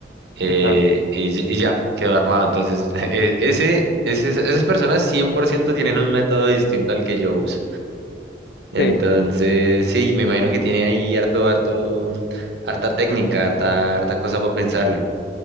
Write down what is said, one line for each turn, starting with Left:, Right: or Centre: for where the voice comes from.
Right: eh,
Left: sí, claro.
Right: y, y ya, quedó armado. Entonces, <laughs> e- ese, ese- esas personas 100% tienen un método distinto al que yo uso. Entonces,
Left: Sí.
Right: sí, me imagino que tiene ahí harto, harto, harta técnica, harta, harta cosa para pensarle.